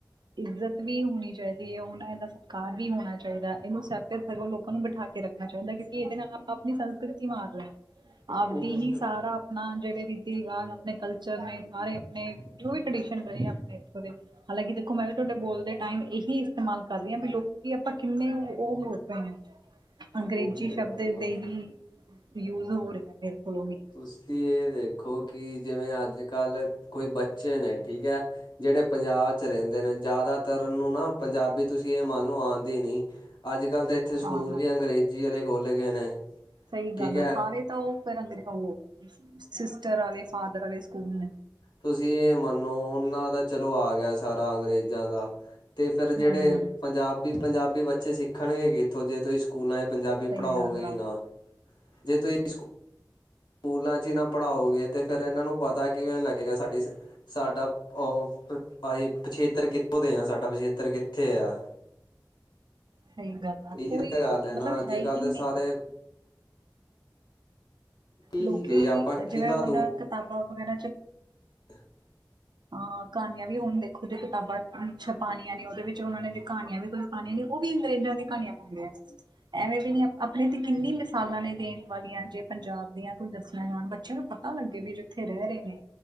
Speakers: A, on the right; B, on the left.
A: ਇੱਜ਼ਤ ਵੀ ਹੋਣੀ ਚਾਹੀਦੀ ਏ ਹੁਣ ਇਹਦਾ ਸਤਿਕਾਰ ਵੀ ਹੋਣਾ ਚਾਹੀਦਾ ਇਹਨੂੰ ਸਗੋਂ ਲੋਕਾਂ ਨੂੰ ਬਿਠਾ ਰੱਖਣਾ ਚਾਹੀਦਾ ਕਿਉਕਿ ਇਹਦੇ ਨਾਲ ਆਪਾਂ ਆਪਣੀ ਸੰਸਕ੍ਰਿਤੀ ਮਾਰ ਰਹੇ ਆ।
B: ਉਹੀ
A: ਆਪਦੀ ਹੀ
B: ਤਾਂ
A: ਸਾਰਾ ਆਪਣਾ ਜਿਹੜੇ ਰੀਤੀ ਰਿਵਾਜ਼ ਆਪਣੇ ਕਲਚਰ ਨੇ ਸਾਰੇ ਆਪਣੇ ਜੋ ਵੀ ਟ ਰਹੀ ਆ ਆਪਣੇ ਇਥੋਂ ਦੇ। ਹਾਲਾਂਕਿ ਦੇਖੋ ਮੈ ਵੀ ਤੁਹਾਡੇ ਬੋਲ ਦੇ ਟਾਈਮ ਇਹੀ ਇਸਤੇਮਾਲ ਕਰ ਰਹੀ ਹਾਂ ਵੀ ਲੋਕੀ ਆਪਾਂ ਕਿਨੇ ਉਹ ਹੋ ਪਏ ਆ। ਅੰਗਰੇਜ਼ੀ
B: ਉਹੀ ਤਾਂ
A: ਸ਼ਬਦ
B: ਗੱਲ
A: ਦੇ
B: ਆ
A: ਹੀ ਯੂਜ ਹੋ ਰਹੇ ਹੈ ਮੇਰੇ ਕੋਲੋ ਵੀ।
B: ਤੁਸੀ ਇਹ ਦੇਖੋ ਕਿ ਜਿਵੇ ਅਜ ਕਲ ਕੋਈ ਬੱਚੇ ਨੇ ਠੀਕ ਹੈ। ਜਿਹੜੇ ਪੰਜਾਬ ਚ ਰਹਿਦੇ ਨੇ ਜ਼ਿਆਦਾਤਰ ਉਨੂੰ ਨਾ ਪੰਜਾਬੀ ਤੁਸੀ ਇਹ ਮੰਨ ਲਓ ਆਉਦੀ ਨੀ। ਅਜ ਕਲ ਤਾ ਇਥੇ ਸਕੂਲ
A: ਹਾਂ
B: ਵੀ ਅੰਗਰੇਜ਼ੀ ਵਾਲੇ ਖੋਲ ਗਏ ਨੇ।
A: ਸਹੀ
B: ਠੀਕ
A: ਗੱਲ
B: ਹੈ
A: ਆ ਸਾਰੇ ਤਾਂ ਉਹ ਫਿਰ ਸਿਸਟਰ ਵਾਲੇ ਫਾਦਰ ਵਾਲੇ ਸਕੂਲ ਨੇ।
B: ਤੁਸੀ ਇਹ ਮਨੋ ਉਹਨਾ ਦਾ ਚਲੋ ਆਗਿਆ ਸਾਰਾ ਅੰਗਰੇਜ਼ਾ ਦਾ। ਅਤੇ ਫਿਰ
A: ਹੂੰ।
B: ਜਿਹੜੇ ਪੰਜਾਬੀ-ਪੰਜਾਬੀ ਬੱਚੇ ਸਿੱਖਣਗੇ ਕਿਥੋ ਜੇ ਤੁਸੀ ਸਕੂਲਾਂ ਪੰਜਾਬੀ
A: ਸਹੀ
B: ਪੜ੍ਹਾਓਗੇ
A: ਗੱਲ
B: ਹੀ
A: ਆ
B: ਨਾ ਜੇ ਤੁਸੀ ਸੱਕੂ ਕੂਲਾਂ ਚ ਹੀ ਨਾ ਪੜ੍ਹਾਓਗੇ ਤੇ ਫੇਰ ਇਹਨਾਂ ਨੂੰ ਪਤਾ ਕਿਵੇ ਲੱਗੇਗਾ ਸਾਡੀ ਸਾਡਾ ਉਹ ਅ ਭਾਈ ਪਿੱਛੇਤਰ ਕਿੱ ਦੇ ਆ ਸਾਡਾ ਪਛੇਤਰ ਕਿਥੇ ਆ।
A: ਸਹੀ ਗੱਲ ਆ
B: ਇਹੀ
A: ਕੋਈ
B: ਤਾਂ ਗੱਲ ਹੈ
A: ਮਤਲਬ
B: ਨਾ ਅਜ
A: ਹੀ
B: ਕਲ
A: ਨਹੀਂ।
B: ਸਾਰੇ ਕੀ
A: ਲੋਕੀ
B: ਹੀ ਗਈ ਆਪਾਂ ਕਿਹਦਾ
A: ਜਿਵੇ ਹੁਣ ਕਿਤਾਬਾ ਵਗੈਰਾ ਚ
B: ਹ <inaudible>
A: ਅਹ ਕਹਾਣੀਆ ਵੀ ਹੁਣ ਦੇਖੋ ਜੇ ਕਿਤਾਬਾ ਛਪਉਣੀਆ ਨੇ ਉਹਦੇ ਵਿਚ ਉਹ ਨੇ ਕਹਾਣੀਆ ਵੀ ਪਾਣੀਆ ਨੇ ਉਹ ਵੀ ਅੰਗਰੇਜ਼ਾ ਦੀ ਕਹਾਣੀਆ ਪਾਉਂਦੇ ਐ। ਐਵੇਂ ਵੀ ਨੀ ਆਪਣੇ ਤੇ ਕਿੰਨੀ ਮਿਸਾਲਾਂ ਨੇ ਦੇਣ ਵਾਲੀਆਂ, ਜੇ ਪੰਜਾਬ ਦੀਆਂ ਕੋਈ ਦੱਸਿਆ ਜਾਣ ਬੱ ਬੱਚਿਆਂ ਨੂੰ ਪਤਾ ਲੱਗੇ ਬਈ ਜੇ ਜਿੱਥੇ ਰਹਿ ਰਹੇ ਨੇ।